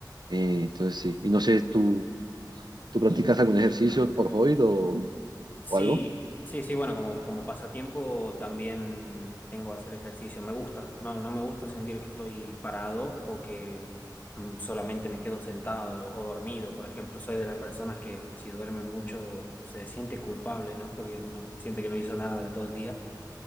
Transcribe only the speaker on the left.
Sí,
sí, sí, bueno, como, como pasatiempo también tengo que hacer ejercicio. Me gusta, no, no me gusta sentir que estoy parado o que mm, solamente me quedo sentado o dormido. Por ejemplo, soy de las personas que si duerme mucho se siente culpable, ¿no? Porque no siente que no hizo nada en todo el día.